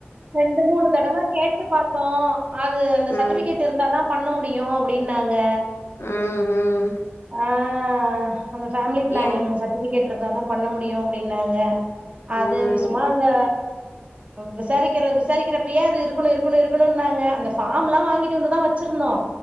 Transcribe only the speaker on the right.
ரெண்டு மூணு தடவ கேட்டு பாத்தோ அது அந்த சர்டிவிகேட்டு
இருந்தாதா பண்ண முடியு யு அப்புடின்னா க
ஆ அந்த ஃபேம்லி ப்ளான்ங்
சர்டிவிகேட் ட் இருந்தாதா பண்ண முடியு அப்டின்னாங்க அது
சும்மா இந்த விசாரிக்கிர விசாரிக்கிறப்பயே அது இருக்குணு இருக்குணு இருக்குணுன்னாங்க அந்த ஃபார்ம்லா வாங்கிட்டு வந்துதா வச் சிருந்தோ